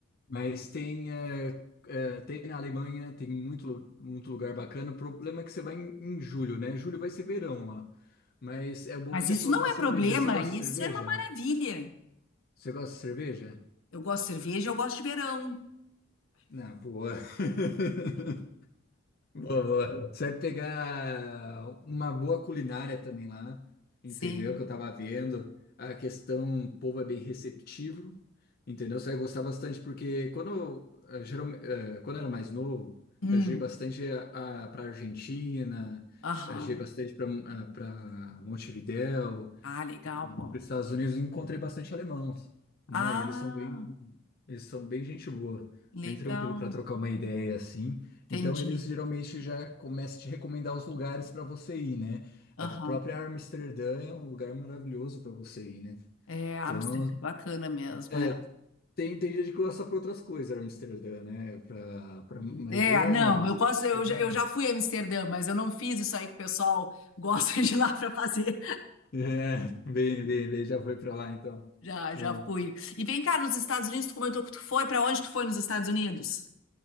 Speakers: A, on the left; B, on the left.
A: Mas tem, eh, eh, tem na Alemanha, tem muito, lu- muito lugar bacana. O problema é que você vai em, em julho, né? Julho vai ser verão lá. Mas é bom
B: Mas
A: pra você
B: isso
A: provar
B: não é
A: cerveja.
B: problema,
A: Você gosta
B: isso
A: de cerveja?
B: é uma maravilha.
A: Você gosta de cerveja?
B: Eu gosto de cerveja, eu gosto de verão.
A: Não, boa. <laughs> Boa, boa. Você vai pegar uma boa culinária também lá, entendeu?
B: Sim.
A: Que eu tava vendo. A questão, o povo é bem receptivo, entendeu? Você vai gostar bastante, porque quando, eu, eh, geral- eh, quando eu era mais novo,
B: Hum,
A: viajei bastante para Argentina,
B: aham.
A: viajei bastante para para Montevidéu,
B: Ah, legal,
A: e
B: pô.
A: para os Estados Unidos eu encontrei bastante alemão, né?
B: Ah,
A: E eles são bem, eles são bem gente boa,
B: legal.
A: bem tranquilo para trocar uma ideia assim.
B: Entendi.
A: Então eles geralmente já começam a te recomendar os lugares para você ir, né?
B: Aham.
A: A própria Amsterdã é um lugar maravilhoso para você ir, né?
B: É, Amsterdã
A: Então,
B: é bacana mesmo,
A: é,
B: é.
A: tem, tem gente que gosta para outras coisas, Amsterdã, né? Para para marijuana.
B: É, não,
A: essas
B: eu gosto, eu,
A: coisas,
B: já- eu
A: né?
B: já
A: <laughs>
B: fui a Amsterdã, mas eu não fiz isso aí que o pessoal gosta <laughs> de ir lá para fazer.
A: É, bem, bem, bem, já foi para lá então.
B: Já, já
A: Bom.
B: fui. E vem cá, nos Estados Unidos, tu comentou que tu foi, Para onde tu foi nos Estados Unidos?